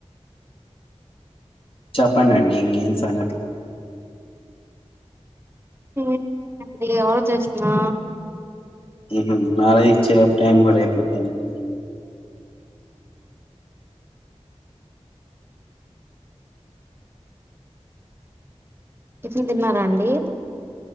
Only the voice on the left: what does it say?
చేపడండి ఇంకేం సంగతులు
మ్ హు ఆలోచించే లోపు టైం కూడా అయిపొయిద్దండి మరి